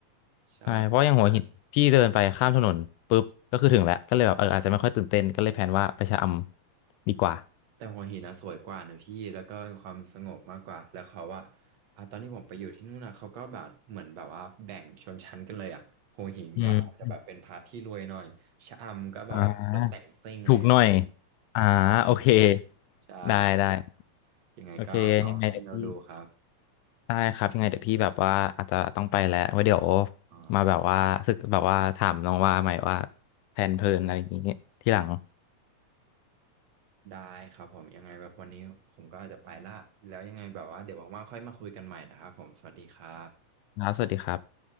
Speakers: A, on the right; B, on the left.
A: ใช่
B: ใช่เพราะอย่างหัวหินพี่เดินไปข้ามถนนปุ๊บก็คือถึงแล้วก็เลยแบบเอออาจจะไม่ค่อยตื่นเต้นก็เลยแพลนว่าไปชะอำดีกว่า
A: แต่หัวหินนะสวยกว่านะพี่แล้วก็มีความสงบมากกว่าแล้วเขาว่าอ่ะตอนที่ผมไปอยู่ที่นู่นนะเขาก็แบบเหมือนแบบว่าแบ่งชนชั้นกันเลยอ่ะหัวหินก็อาจจะแบบเป็นพาร์ทที่รวยหน่อยชะอำก็แบบว่ารถแต่งซิ่งอะไรอ่ะพี่
B: อืมอ่าถูกหน่อยอ่าโอเค
A: ใช่ใช่ครับ
B: ได้ได้
A: ยังไงก็ลองเที่ยวดูครับ
B: โอเคยังไงเดี๋ยวพี่ ได้ครับยังไงเดี๋ยวพี่แบบว่าอาจจะต้องไปแล้วไว้เดี๋ยว
A: อ่า
B: มาแบบว่าสึกแบบว่าถามน้องว่าใหม่ว่าแผนเพลินอะไรอย่างนี้ที่หลัง
A: ได้ครับผมยังไงแบบวันนี้ผมก็อาจจะไปละแล้วยังไงแบบว่าเดี๋ยวว่างๆค่อยมาคุยกันใหม่นะครับผมสวัสดีครับ
B: ครับสวัสดีครับ